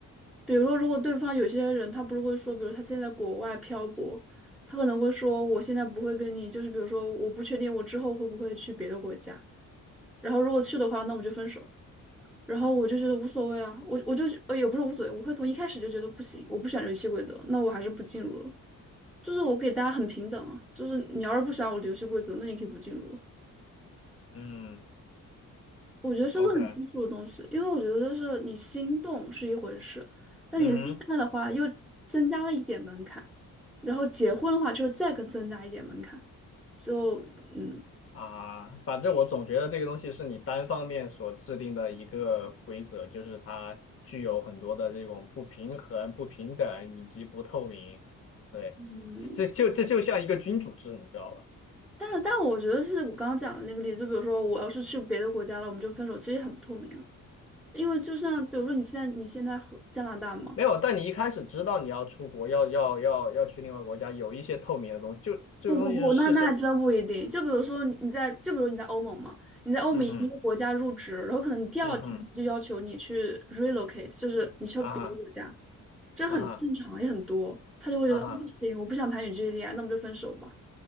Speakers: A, in the centre; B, on the left.
A: 比如说，如果对方有些人他不是会说，比如他现在在国外漂泊，他可能会说我现在不会跟你，就是比如说我不确定我之后会不会去别的国家。然后如果去的话，那我们就分手。然后我就觉得无所谓啊，我我就呃也不是无所谓，我会从一开始就觉得不行，我不喜欢这游戏规则，那我还是不进入了。就是我给大家很平等啊，就是你要是不喜欢我的游戏规则，那你可以不进入。
B: 嗯
A: 我觉得是个很基础的东西，
B: ，OK，
A: 因为我觉得就是你心动是一回事，但你恋爱的话又增加了一点门槛，
B: 嗯哼，
A: 然后结婚的话就是再更增加一点门槛，就嗯
B: 啊，反正我总觉得这个东西是你单方面所制定的一个规则，就是它具有很多的这种不平衡、不平等以及不透明。对，
A: 嗯。
B: 这就这就像一个君主制，你知道吧？
A: 但但我觉得是我刚刚讲的那个例子，就比如说我要是去别的国家了，我们就分手，其实也很不透明啊。因为就像比如说你现在你现在和加拿大嘛，
B: 没有，但你一开始知道你要出国，要要要要去另外国家，有一些透明的东西，就这个东西是事先。
A: 不不不，那那还真不一定。就比如说你你在就比如你在欧盟嘛，你在欧盟一个国家入职，
B: 嗯哼，
A: 然后可能你第二天就要求你去
B: 嗯哼，
A: relocate，就是你去到别的国家，
B: 啊哈，
A: 这很正常也很多。
B: 啊哈，
A: 他就会觉得嗯不行，
B: 啊哈
A: 我不想谈远距离恋爱，那我们就分手吧。